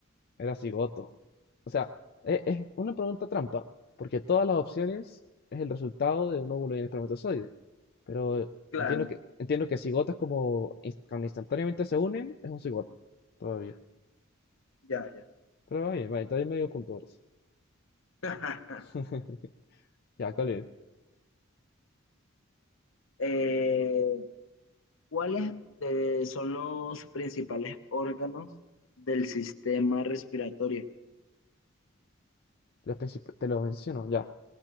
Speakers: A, on the left; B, on the left.
A: Era cigoto. O sea, e- es, una pregunta trampa, porque todas las opciones es el resultado de un óvulo y un espermatozoide. Pero
B: Claro,
A: entiendo que, entiendo que cigotas como ins- cuando instantáneamente se unen, es un cigoto, todavía.
B: ya, ya.
A: Pero va bien, va bien, todavía medio punto por eso.
B: <laughs>
A: <laughs> Ya, ¿cuál es?
B: Eh, ¿Cuáles de- son los principales órganos del sistema respiratorio?
A: Los princip- te lo menciono, ya.